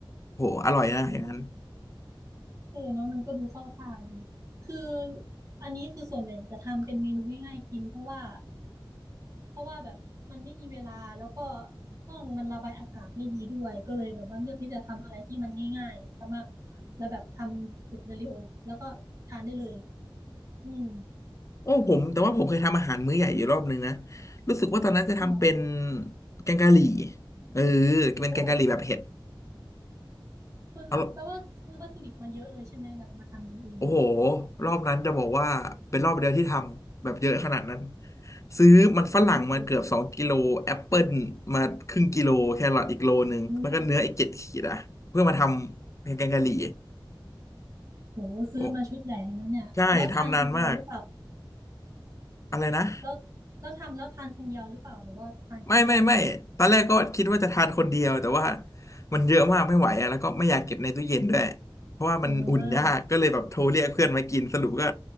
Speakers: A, on the left; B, on the right.
A: โอ้โหอร่อยนะอย่างนั้น
B: อืมเออเนาะมันก็ดูเข้าท่าดีคืออันนี้คือส่วนใหญ่จะทำเป็นเมนูง่ายๆกินเพราะว่าเพราะว่าแบบมันไม่มีเวลาแล้วก็ห้องมันระบายอากาศไม่ดีด้วยก็เลยแบบว่าเลือกที่จะทำอะไรที่มันง่ายๆสามารถแล้วแบบทำเสร็จเร็วๆแล้วก็ทานได้เลยอืม
A: โอ้ผมแต่ว่าผมเคยทำอาหารมื้อใหญ่อยู่รอบนึงนะรู้สึกว่าตอนนั้นจะทำเป็น
B: จริงเหรอ
A: แกงกะหรี่เออเป็นแกงกะหรี่แบบเผ็ด
B: โอ้ คุณแปลว่าซื้อวัตถุดิบมาเยอะเลยใช่ไหมแบบมาทำกินเองเนี่ย
A: เอาโอ้โหรอบนั้นจะบอกว่าเป็นรอบเดียวที่ทำแบบเยอะขนาดนั้นซื้อมันฝรั่งมาเกือบสองกิโลแอปเปิลมาครึ่งกิโลแครอทอีกโลนึงแล้วก็เนื้ออีกเจ็ดขีดอะเพื่อมาทำเป็นแกงกะหรี่
B: โอ้โหโหซื้อมาชุดใหญ่เลยนะเนี่ยแล้วทานคนเดียวหรือเปล่า
A: โอ้ใช่ทำนานมากอะไรนะ
B: แล้วแล้วทำแล้วทานคนเดียวหรือเปล่าหรือว่าทานกับเพื่อน
A: ไม่ไม่ไม่ตอนแรกก็คิดว่าจะทานคนเดียวแต่ว่ามันเยอะมากไม่ไหวอะแล้วก็ไม่อยากเก็บในตู้เย็นด้วยเพราะว่ามันอุ่นยากก็เลยแบบโทรเรียกเพื่อนมากินสรุปก็
B: เออ